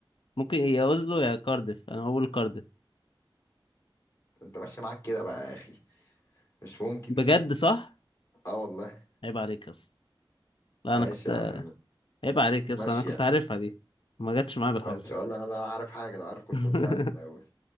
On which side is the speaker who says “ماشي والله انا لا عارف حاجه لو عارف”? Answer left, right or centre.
Left